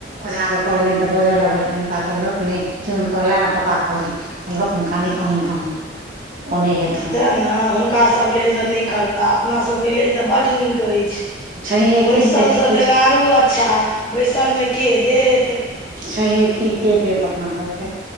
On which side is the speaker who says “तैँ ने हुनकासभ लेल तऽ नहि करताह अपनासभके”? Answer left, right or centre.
Left